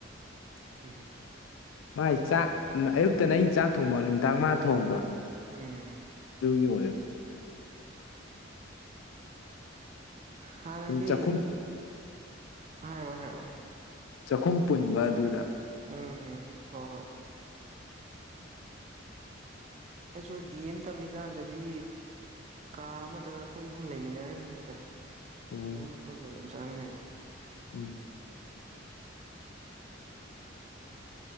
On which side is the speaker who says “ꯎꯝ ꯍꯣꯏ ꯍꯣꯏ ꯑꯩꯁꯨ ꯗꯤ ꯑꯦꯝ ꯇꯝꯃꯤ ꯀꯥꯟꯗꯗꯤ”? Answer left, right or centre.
Right